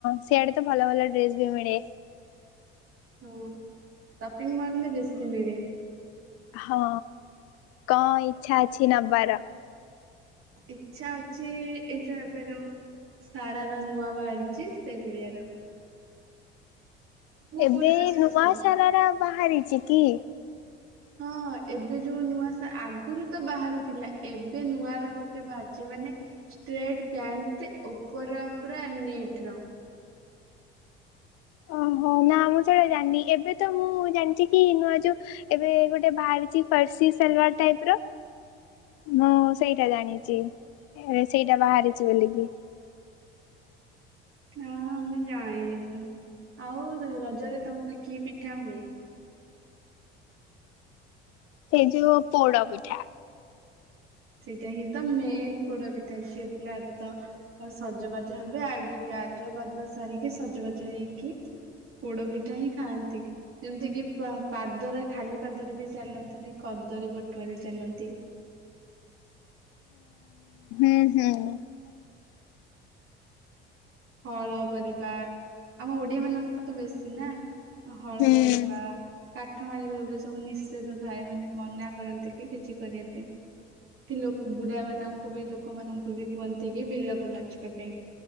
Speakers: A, on the left; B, on the right.
A: ସିଆଡେ ତ ଭଲ ଭଲ ଡ୍ରେସ ବି ମିଳେ।
B: ହୁଁ ସପିଙ୍ଗ ମଲରେ ବେଶୀ ମିଳେ।
A: ହଁ କଣ ଇଚ୍ଛା ଅଛି ନବାର?
B: ଇଚ୍ଛା ଅଛି ଏଇଯୋଉ ଏବେ ଯୋଉ। ସାରାରା ନୂଆ ବାହାରିଛି ସେଇ କିଣିଵାର।
A: ଏବେ
B: କୋଉ ଡ୍ରେସ
A: ନୂଆ
B: ପସନ୍ଦ?
A: ସାରାରା ବାହାରିଛି କି?
B: ହଁ ଏବେ ଯୋଉ ନୂଆ ସା ଆଗୁରୁ ତ ବାହାରିଥିଲା ଏବେ ନୂଆରା ଗୋଟେ ବାହାରିଛି ମାନେ। ଷ୍ଟ୍ରେଟ ପ୍ୟାଣ୍ଟ ଓପର ପୁରା ନେଟ୍ ର।
A: ଓହୋ ନା ମୁଁ ସେଟା ଜାଣିନି ଏବେ ତ ମୁଁ ଜାଣିଛି କି ନୂଆ ଯୋଉ। ଏବେ ଗୋଟେ ବାହାରିଛି ଫାର୍ସି ସଲୱାର ଟାଇପ୍ ର। ମୁଁ ସେଇଟା ଜାଣିଚି ଏ ସେଇଟା ବାହାରିଚି ବୋଲିକି।
B: ନା ଆମେ ଜାଣିନୁ ସେରା ଆଉ ର ରଜରେ ତମର କି ପିଠା ହୁଏ?
A: ସେ ଯୋଉ ପୋଡ ପିଠା।
B: ସେଇଟା ହି ତ ମେନ ପୋଡପିଠା ଝିଅପିଲା ତ। ଆଉ ସଜବାଜ ହେବେ ଆଗେ ଗାଧୁଆ ପାଧୁଆ ସାରିକି ସଜବାଜ ହେଇକି। ପୋଡ ପିଠା ହିଁ ଖାଆନ୍ତି। ଯେମିତି କି ପା ପାଦରେ ଖାଲି ପାଦରେ ବି ଚାଲନ୍ତିନି କଦଳୀ ବଟୁଆରେ ଚାଲନ୍ତି।
A: ହୁଁ ହୁଁ ହୁଁ।
B: ହଳ କରିବା ଆମ ଓଡିଆମାନଙ୍କର ତ ବେଶୀ ନା। ହଳ
A: ହୁଁ
B: କରିବା। କାଠ ହାଣିବା ଏଗୁରା ସବୁ ନିଷେଧ ଥାଏ ମାନେ ମନାକରନ୍ତି କି କିଛି କରିବାପାଇଁ। କି ଲୋକ ବୁଢାମାନଙ୍କୁ ବି ଲୋକମାନଙ୍କୁ ବି କୁହନ୍ତି କି ବିଲକୁ ନଜିବା ପାଇଁ।